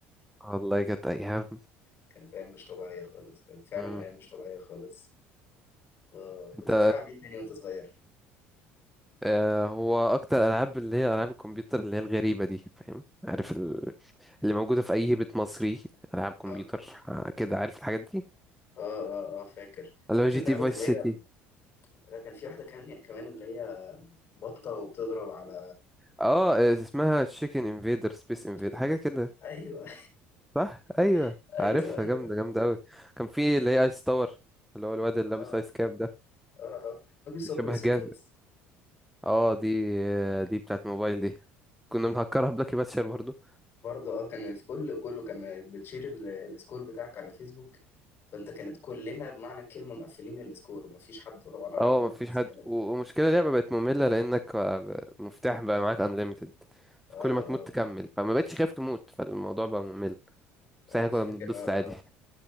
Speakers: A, in the centre; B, on the left.
A: والله كانت ايام
B: <laughs> كانت ايام مش طبيعيه خالص كانت فعلا
A: مم.
B: ايام مش طبيعيه خالص آه
A: انت
B: كنت بتلعب ايه تاني وانت صغير
A: آه، هو اكتر العاب اللي هي العاب الكمبيوتر اللي هي الغريبه دي فاهم عارف ال... اللي موجوده في اي بيت مصري العاب كمبيوتر
B: اه
A: آه، كده عارف الحاجات دي
B: اه اه, آه فاكر
A: اللي
B: فاكر
A: هو جي
B: لعبه
A: تي فايس
B: اللي
A: سيتي
B: هي لا، كان في واحده كمان كمان اللي هي بطه وبتضرب على
A: اه آه، اسمها تشيكن انفيدر سبيس انفيدر
B: شكل
A: حاجه كده
B: ايوه
A: صح ايوه
B: <laughs> ايوه
A: عارفها
B: ايوه
A: جامده جامده قوي كان في اللي هي ايس تاور اللي هو الواد اللي
B: اه
A: لابس ايس كاب ده
B: اه اه فاكر
A: اللي
B: صابوي
A: شبه
B: سيرفرز
A: جاز اه دي آه، دي بتاعت موبايل دي كنا بنهكرها بلاكي باتشر برضو
B: برضه اه كانت كل كله كان بتشير ال- السكور بتاعك على فيسبوك فانت كانت كلنا بمعنى الكلمه مقفلين السكور ومفيش حد طبعا قرب
A: اه
B: منهم
A: مفيش
B: بس
A: حد
B: كانت
A: و- ومشكلة اللعبة بقت مملة لأنك بقى- مفتاح بقى معاك unlimited فكل
B: اه
A: ما تموت
B: اه
A: تكمل فما بقتش خايف تموت فالموضوع بقى ممل بس
B: اه
A: احنا
B: آه، فاكر
A: كنا بنتبسط
B: اه,
A: عادي